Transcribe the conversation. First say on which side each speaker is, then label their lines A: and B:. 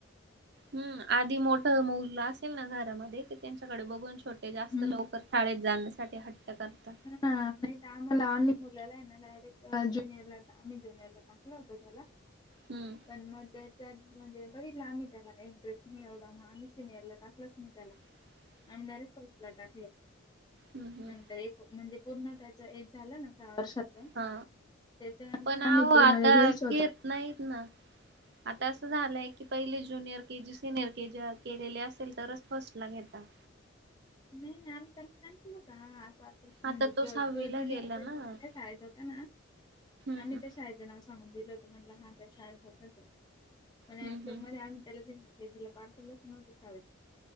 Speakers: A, on the right; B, on the left.
A: हम् आधी मोठं मुल असेल ना घरामध्ये कि त्यांच्याकडे बघून छोटे जास्त
B: हम्म
A: लवकर शाळे जाण्यासाठी हट्ट करतात.
B: हटाग ल आमूरला डायरेक जुनियरला आम्ही जुनिरला टाकला होत त्याला
A: हम्म
B: पण मग त्या त्या म्हणजे बघितलं आम्ही त्याला काही इंटरेस्ट नाही एवढा मग आम्ही सिनियरला टाकलच नाही त्याला
A: <inaudible>
B: आम्ही डायरेक्ट फर्स्टला टाकलं
A: हम्म हम्म
B: नंतर एक म्हणजे पूर्ण त्याच एक झालं ना सहा वर्षाच
A: हा
B: त्याच्यानंतर
A: पण
B: आम्ही
A: अहो आता
B: माझ्या घरीच
A: घेत
B: होतात.
A: नाहीत ना. आता असं झालय की पहिले junior K, G, senior K, G, केलेली असेल तरच फर्स्टला घेतात.
B: नाही, नाही आम्ही त्यांना सांगितलं होत हा
A: आता
B: म्हणजे
A: सहावीला
B: तो ज्युनिअर
A: गेला
B: के,
A: ना
B: जीच्या
A: हम्म
B: शाळेत होता ना
A: हम्म
B: आम्ही शाळेचं नाव सांगून गेल होत म्हटलं हा त्या शाळे सतो पण
A: हम्म
B: ऍक्च्युली
A: हम्म
B: मध्ये आम्ही त्याला ते तिथे पाठवलं नोव्हत शाळेत.